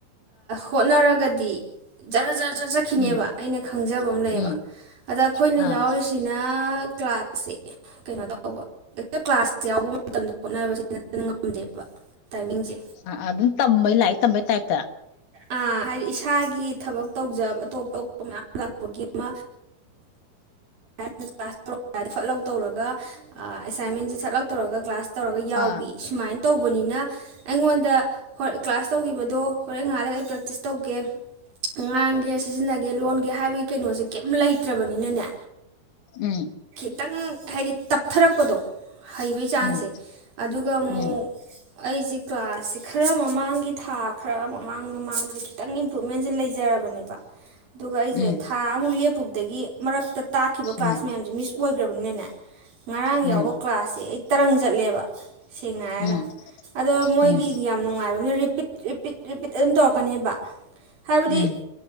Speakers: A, on the right (about 65°); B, on the left (about 80°).
A: ꯍꯣꯠꯅꯔꯒꯗꯤ ꯖꯅꯖ ꯆꯠ ꯆꯠꯈꯤꯅꯦꯕ
B: ꯎꯝ ꯎꯝ
A: ꯑꯩꯅ ꯈꯪꯖꯕ ꯑꯃ ꯂꯩꯌꯦꯕ
B: ꯎꯝ
A: ꯑꯗ ꯑꯩꯈꯣꯏꯅ
B: ꯑꯥ
A: ꯌꯥꯎꯔꯤꯁꯤꯅ ꯀ꯭ꯂꯥꯁꯁꯦ ꯀꯩꯅꯣ ꯇꯧꯕ ꯍꯦꯛꯇ ꯀ꯭ꯂꯥꯁ ꯌꯥꯎꯕ ꯃꯇꯝꯗ ꯍꯣꯠꯅꯕꯁꯦ ꯅꯠꯇꯅ ꯉꯝꯗꯦꯕ ꯇꯥꯏꯃꯤꯡꯁꯦ
B: ꯑ ꯑꯗꯨꯝ ꯇꯝꯕꯩ ꯂꯥꯛꯑꯦ ꯇꯝꯕꯩ ꯇꯥꯏꯞꯇ
A: ꯑ ꯍꯥꯏꯗꯤ ꯏꯁꯥꯒꯤ ꯊꯕꯛ ꯇꯧꯖꯕ ꯑꯇꯣꯞ ꯑꯇꯣꯞꯄ ꯃꯌꯥꯝ ꯂꯥꯛꯄꯒꯤ ꯑꯃ ꯀ꯭ꯂꯥꯁ ꯇꯧ ꯐꯠꯂꯛ ꯇꯧꯔꯒ ꯑꯦꯁꯥꯏꯟꯃꯦꯟꯁꯦ ꯁꯠꯂꯛ ꯇꯧꯔꯒ ꯀ꯭ꯂꯥꯁ ꯇꯧꯔꯒ ꯌꯥꯎꯕꯤ
B: ꯑꯥ
A: ꯁꯨꯃꯥꯏꯅ ꯇꯧꯕꯅꯤꯅ ꯑꯩꯉꯣꯟꯗ ꯍ ꯀ꯭ꯂꯥꯁ ꯇꯧꯈꯤꯕꯗꯣ ꯍꯣꯔꯦꯟ ꯉꯥꯜꯂꯒ ꯑꯩ ꯄ꯭ꯔꯦꯛꯇꯤꯁ ꯇꯧꯒꯦ ꯉꯥꯡꯒꯦ ꯁꯤꯖꯤꯟꯅꯒꯦ ꯂꯣꯟꯒꯦ ꯍꯥꯏꯕꯒꯤ ꯀꯩꯅꯣꯁꯦ ꯀꯩꯝ ꯂꯩꯇ꯭ꯔꯕꯅꯤꯅꯅꯦ
B: ꯎꯝ
A: ꯈꯤꯇꯪ ꯍꯥꯏꯗꯤ ꯇꯞꯊꯔꯛꯄꯗꯣ ꯍꯩꯕꯩ ꯆꯥꯡꯁꯦ
B: ꯎꯝ
A: ꯑꯗꯨꯒ ꯑꯃꯨꯛ
B: ꯎꯝ
A: ꯑꯩꯁꯦ ꯀ꯭ꯂꯥꯁꯁꯦ ꯈꯔ ꯃꯃꯥꯡꯒꯤ ꯊꯥ ꯈꯔ ꯃꯃꯥꯡ ꯃꯃꯥꯡꯗꯗꯤ ꯈꯤꯇꯪ ꯏꯝꯄ꯭ꯔꯨꯚꯃꯦꯟꯁꯦ ꯂꯩ ꯄꯤꯖꯔꯕꯅꯦꯕ ꯗꯨꯒꯥꯏꯁꯦ
B: ꯎꯝ
A: ꯊꯥ ꯃ ꯎꯐꯨꯗꯒꯤ ꯃꯔꯛꯇ ꯇꯥꯛꯈꯤꯕ ꯀ꯭ꯂꯥꯁ
B: ꯎꯝ ꯎꯝ
A: ꯃꯌꯥꯝꯁꯦ ꯃꯤꯁ ꯑꯣꯏꯈ꯭ꯔꯕ ꯄꯨꯅꯅ ꯉꯔꯥꯡ
B: ꯎꯝ
A: ꯌꯥꯎꯕ ꯀ꯭ꯂꯥꯁꯁꯦ ꯑꯩ ꯇꯔꯪ ꯆꯠꯦ ꯂꯦꯕ ꯁꯦꯡꯅ ꯍꯥꯏꯔꯒ
B: ꯎꯝ ꯎꯝ
A: ꯑꯗꯣ ꯃꯣꯏꯒꯤ
B: ꯎꯝ
A: ꯌꯥꯝ ꯅꯨꯡꯉꯥꯏꯕ ꯄꯤ ꯔꯤꯄꯤꯠ ꯑꯗꯨꯝ ꯇꯧꯔꯛꯀꯅꯦꯕ ꯍꯥꯏꯕꯗꯤ
B: ꯎꯝ